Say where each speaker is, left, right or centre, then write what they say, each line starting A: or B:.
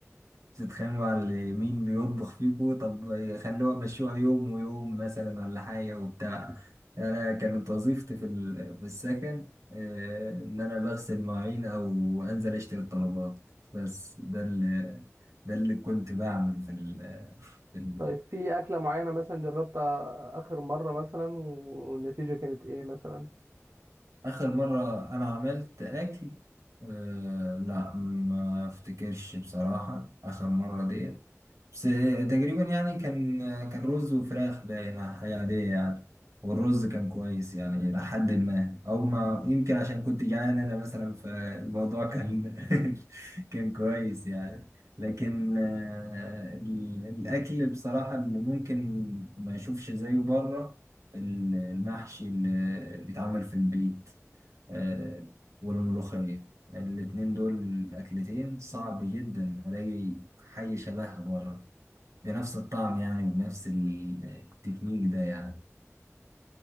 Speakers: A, on the right; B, on the right.
A: بتتخانقوا على مين بيطبخ فيكوا طب خلوها مشوها يوم ويوم مثلا ولا حاجة وبتاع انا كانت وظيفتي في ال... في السكن آه، ان انا بغسل مواعين او انزل اشتري الطلبات بس ده اللي ده اللي كنت بعمل في ال في ال
B: طيب في اكله معينه مثلا جربتها اخر مره مثلا والنتيجه كانت ايه مثلا
A: آخر مرة أنا عملت أكل أه لا ما أفتكرش بصراحة آخر مرة ديت بس تقريبا يعني كان كان رز وفراخ باينة حاجة عادية يعني والرز كان كويس يعني إلى حد ما أو ما يمكن عشان كنت جعان أنا مثلا فالموضوع كان <laughs> كان كويس يعني لكن آه، ال- الأكل بصراحة اللي ممكن ما أشوفش زيه بره ال- المحشي اللي بيتعمل في البيت آه، والملوخية الاتنين دول أكلتين صعب جدا ألاقي حاجة شبهها بره بنفس الطعم يعني وبنفس ال- التكنيك ده يعني